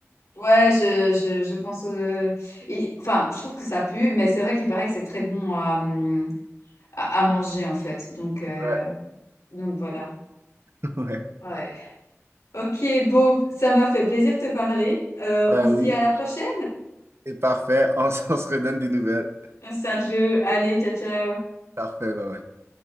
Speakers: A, on the left; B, on the right.
A: Ouais, je, je, je pense. euh, il- Enfin, je trouve que ça pue, mais c'est vrai qu'il paraît que c'est très bon à, hum, à, à manger en fait. Donc, euh,
B: Ouais,
A: donc voilà.
B: <laughs> ouais.
A: Ouais. Ok, Beau, ça m'a fait plaisir de te parler. Euh,
B: Ben
A: on se dit
B: oui,
A: à la prochaine.
B: c'est parfait, on, <laughs> s- on se redonne des nouvelles.
A: Sergio, allez, ciao, ciao.
B: Parfait, ouais. ouais.